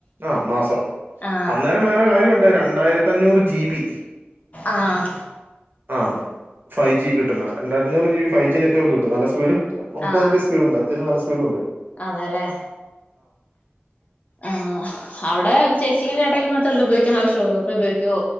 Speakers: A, on the right; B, on the left.
A: ആ മാസം
B: ആഹ്
A: അന്നേരം വേറെ കാര്യോണ്ട് രണ്ടായിരത്തി അഞ്ഞൂറ് ജി ബി
B: ആഹ്
A: ആഹ് ഫൈവ് ജി കിട്ട്ന്നാ രണ്ടായിരത്തഞ്ഞൂറ് G B five G network കിട്ടും നല്ല സ്പീഡ് മുപ്പത്
B: ആഹ്
A: എം ബി സ്പീഡ്ണ്ട് അത്യാവശ്യം നല്ല സ്പീഡ്ണ്ട്
B: അതെല്ലേ ആഹ് അവടെ ചേച്ചിക്കും ചേട്ടായ്ക്കും മാത്രല്ലേ ഉപയോഗിക്കാൻ ആവശ്യള്ളൂ പപ്പേ ഉപയോഗിക്കോ?